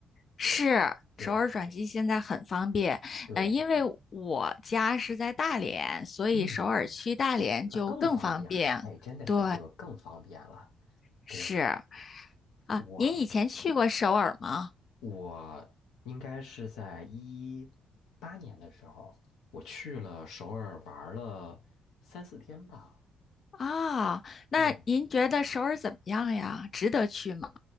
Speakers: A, on the left; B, on the left.
A: 是，
B: 对
A: 首尔转机现在很方便，
B: 对，
A: 呃，因为我家是在大连，所以首尔去大连就更方便。
B: 嗯，那更方便。哎，真的是就更方便了。
A: 对，是
B: 对，
A: 啊，
B: 我
A: 您以前去过首尔吗？
B: 我应该是在一八年的时候，我去了首尔玩了三四天吧。
A: 啊，那您觉得首尔怎么样呀？
B: 对，
A: 值得去吗？